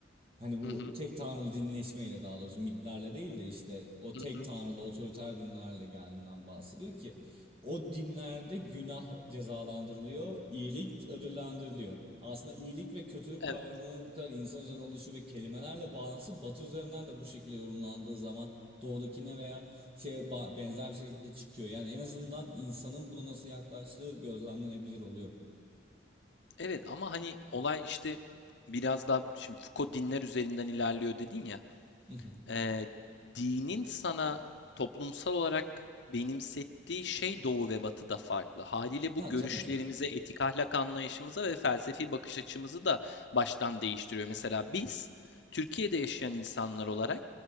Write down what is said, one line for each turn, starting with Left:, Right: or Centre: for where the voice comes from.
Right: Hani bu
Left: Hı hı.
Right: tek tanrılı dinleşmeyle daha doğrusu mitlerle değil de işte o
Left: Hı
Right: tek
Left: hı.
Right: tanrılı otoriter dinlerle geldiğinden bahsediyor ki o dinlerde günah cezalandırılıyor, iyilik ödüllendiriliyor. Aslında iyilik ve kötülük
Left: Evet.
Right: kavramının bu kadar insan üzerine oluşu ve kelimelerle bağlantısı Batı üzerinden de bu şekilde yorumlandığı zaman doğudakine veya şeye ba- benzer bir şekilde çıkıyor. Yani en azından insanın buna nasıl yaklaştığı gözlemlenebilir oluyor.
Left: Evet ama, hani, olay, işte, biraz daha şimdi Foucault dinler üzerinden ilerliyor dedin ya.
Right: <laughs>
Left: Eee, dinin sana toplumsal olarak benimsettiği şey Doğu ve Batı'da farklı. Haliyle bu
Right: Ha
Left: görüşlerimize,
Right: tabii ki.
Left: etik ahlak anlayışımıza ve felsefi bakış açımızı da baştan değiştiriyor. Mesela biz Türkiye'de yaşayan insanlar olarak